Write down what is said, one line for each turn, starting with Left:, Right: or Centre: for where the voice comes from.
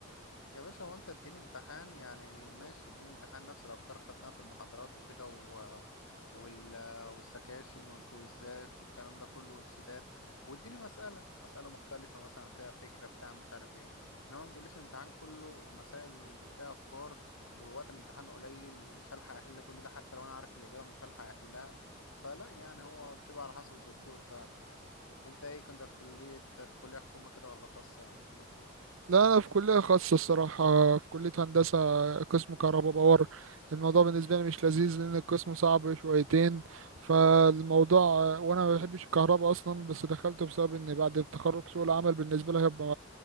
Left: يا باشا هو انت اديني امتحان يعني ماشي اديني امتحان نفس الافكار خدناها في المحاضرات وكده و... وال... والسكاشن والكويزات والكلام ده كله والشتات واديني مسألة مسألة مختلفة مثلا فيها فكرة بتاع مش عارف ايه انما ما تجيبليش الامتحان كله مسائل فيها افكار والوقت الامتحان قليل ومش هلحق احل كل ده حتى لو انا عارف الاجابة مش هلحق احلها فلا يعني هو بتبقى على حسب الدكتور فعلا يعني انت ايه كنت في كلية في كلية حكومة كده ولا خاصة يعني كلية ايه
Right: لا انا في كليه خاصه الصراحه في كليه هندسه قسم كهرباء باور الموضوع بالنسبه لي مش لذيذ لان القسم صعب شويتين فالموضوع وانا ما بحبش الكهرباء اصلا بس دخلته بسبب ان بعد التخرج سوق العمل بالنسبه لي هيبقى